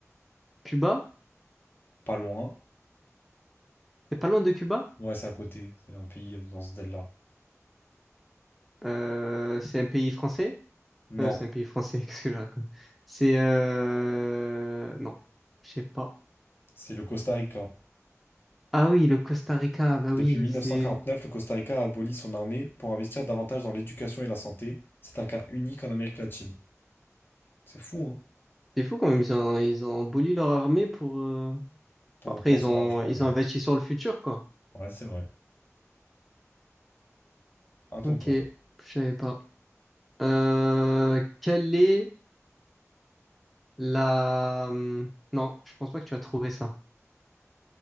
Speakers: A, in the centre; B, on the left.
A: Cuba?
B: Pas loin.
A: C'est pas loin de Cuba?
B: Ouais, c'est à côté. C'est un pays dans ce délire-là.
A: Euh, c'est un pays français?
B: Non.
A: Euh, c'est un pays français, <laughs> qu'est-ce que je raconte? C'est euh... Non, je sais pas.
B: C'est le Costa Rica.
A: Ah oui, le Costa Rica, bah
B: Depuis
A: oui,
B: 1949,
A: c'est
B: le Costa Rica a aboli son armée pour investir davantage dans l'éducation et la santé. C'est un cas unique en Amérique latine. C'est fou, hein?
A: c'est fou quand même, ils ont, ils ont aboli leur armée pour... euh,
B: Pour
A: Après,
B: placer
A: ils ont,
B: leur argent, on
A: ils
B: va dire.
A: ont investi sur le futur, quoi.
B: Ouais, c'est vrai. À ton
A: Ok,
B: tour.
A: je savais pas. Euh, quelle est la... hum, Non, je pense pas que tu as trouvé ça.